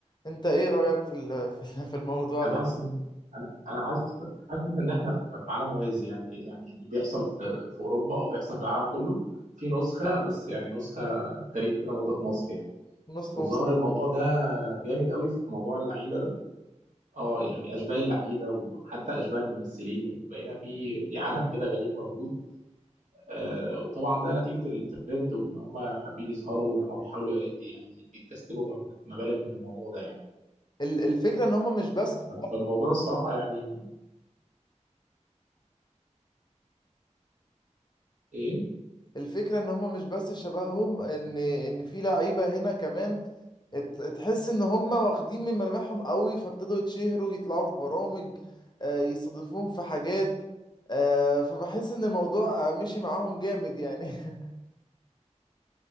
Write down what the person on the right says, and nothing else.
انا
حاسس إن- انا انا حاسس حاسس ان احنا في في عالم موازي يعني يعني اللي بيحصل في في اوروبا او بيحصل في العالم كله في نسخه بس يعني نسخه غريبه كده موجوده في مصر يعني
وظهر
الموضوع ده جامد قوي في موضوع اللعيبه ده اه يعني اشباه اللعيبه وحتى اشباه الممثلين وبقينا في في عالم كده غريب موجود آه وطبعا ده نتيجه الترند وان هم حابين يظهروا وان هم بيحاولوا يعني يكتسبوا مبالغ من الموضوع ده يعني
فالموضوع الصراحه يعني ايه